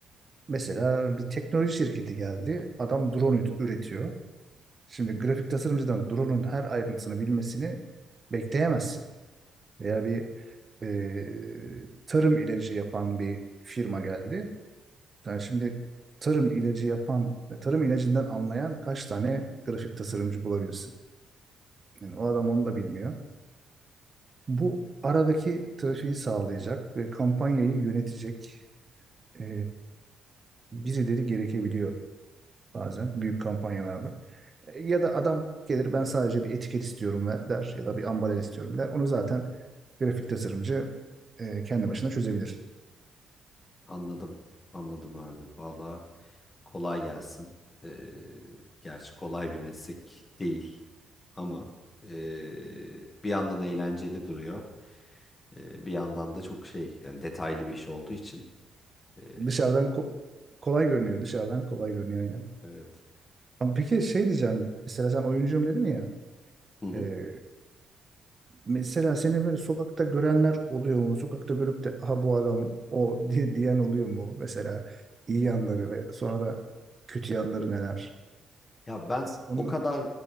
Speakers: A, on the right (about 35°); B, on the left (about 30°).
A: Mesela bir teknoloji şirketi geldi. Adam drone üret- üretiyor. Şimdi grafik tasarımcıdan drone'un her ayrıntısını bilmesini bekleyemezsin. Veya bir e, tarım ilacı yapan bir firma geldi. Yani şimdi tarım ilacı yapan ve tarım ilacından anlayan kaç tane grafik tasarımcı bulabilirsin? Yani o adam onu da bilmiyor. Bu aradaki trafiği sağlayacak ve kampanyayı yönetecek e, birileri gerekebiliyor bazen büyük kampanyalarda. E, Ya da adam gelir ben sadece bir etiket istiyorum ve der ya da bir ambalaj istiyorum der. Onu zaten grafik tasarımcı e, kendi başına çözebilir.
B: Anladım. Anladım abi. Valla kolay gelsin. Ee, gerçi kolay bir meslek değil ama ee, bir yandan eğlenceli duruyor. E, bir yandan da çok şey yani detaylı bir iş olduğu için. E,
A: Dışarıdan ko- kolay görünüyor. Dışarıdan kolay görünüyor aynen.
B: evet.
A: Ama peki şey diyeceğim. Mesela sen oyuncuyum dedin ya.
B: Hı hı.
A: e, mesela seni böyle sokakta görenler oluyor mu? Sokakta görüp de aha bu adam o di- diyen oluyor mu? Mesela iyi yanları ve sonra da kötü yanları neler?
B: Ya ben
A: Onu,
B: o kadar